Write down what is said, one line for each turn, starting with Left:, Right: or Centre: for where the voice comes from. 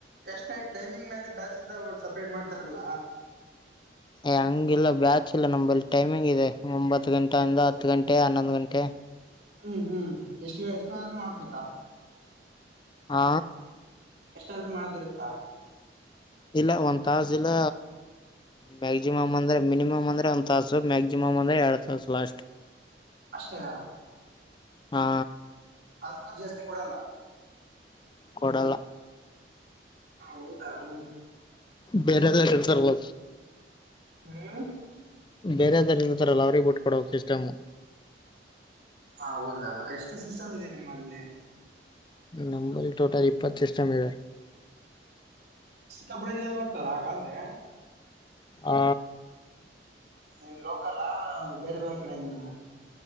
Right: ಎಷ್ಟ ಐತ ಟೈಮಿಂಗ್ ಮೇಲೆ ಬ್ಯಾಚ್ ಅಂತ ಸಪ್ರೇಟ್ ಮಾಡ್ತಾರಲ್ಲ
Left: ಹಂಗಿಲ್ಲ ಬ್ಯಾಚ ಇಿಲ್ಲ ನಲ್ಲಿ ಟೈಮಿಂಗ್ ಇದೆ ಒಂಬತ್ತು ಗಂಟೆಯ ಅಂದ ಹತ್ತು ಗಂಟೆ ಹನ್ನೊಂದು್ ಗಂಟೆ
Right: ಹ್ಮ್ ಹ್ಮ್ ಎಷ್ಟು ಎಷ್ಟು ಆದ್ರೂ ಮಾಡ್ಬೇಕಾ
Left: ಆ
Right: ಎಷ್ಟಾದ್ರೂ ಮಾಡದಿರುತ್ತಾ
Left: ಇಲ್ಲ ಒಂದ್ ತಾಸ ಇಲ್ಲ ಮ್ಯಾಕ್ಸಿಮಮ್ ಅಂದ್ರೆ ಮಿನಿಮಮ್ ಅಂದ್ರೆ ಒಂದ್ ತಾಸು ಮ್ಯಾಕ್ಸಿಮಮ್ ಎರಡು ತಾಸ ಲಾಸ್ಟ್
Right: ಅಷ್ಟೇ
Left: ಹಾ
Right: ಅದಕ ಜಾಸ್ತಿ ಕೊಡಲ್ಲ
Left: ಕೊಡಲ
Right: ಹೌದಾ ಹ್ಮ
Left: ಬೇರೆ ದಳಿಯದರ್ತವು
Right: ಹ್ಮ
Left: ಬೇರೆದಾರ ಇದತರಲ್ಲ ಅವ್ರಿಗೆ ಬಿಟ್ ಕೊಡಬೇಕ ಸಿಸ್ಟಮ್
Right: ಹೌದಾ ಎಷ್ಟು ಸಿಸ್ಟಮ್ ಇದೆ ನಿಮ್ಮಲ್ಲಿ
Left: ನಂಬರ್ ಟೋಟಲ್ ಇಪ್ಪತ್ತು ಸಿಸಟಮ ಇದೆ
Right: ಕಬಡಿ ಜನ ಬರ್ತಾರ ಹಾಗಾದ್ರೆ
Left: ಹ
Right: ಇನ್ ಲೋಕಲ್ಾ ಬೇರೆ ಬೇರೆ ಕಡೆಯಿಂದಾನ